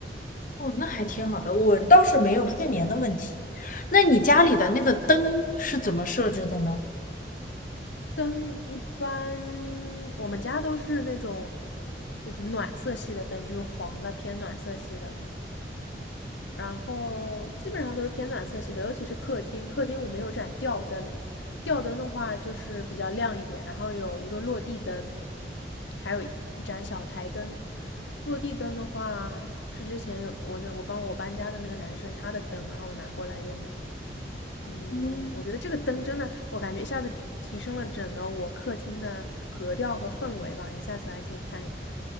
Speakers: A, on the left; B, on the left.
A: 哦，那还挺好的，我倒是没有睡眠的问题。那你家里的那个灯是怎么设置的呢？
B: 灯一般我们家都是那种就是暖色系的灯，就是黄的偏暖色系的，然后基本上都是偏暖色系的，尤其是客厅，客厅我们有盏吊灯，吊灯的话就是比较亮一点，然后有一个落地灯，还有一盏小台灯。落地灯的话是之前有我那我帮我搬家的那个男生他的灯，然后我拿过来用的。嗯，
A: 哦
B: 我觉得这个灯真的，我感觉一下子提升了整个我客厅的格调和氛围吧。你下次来可以看一下。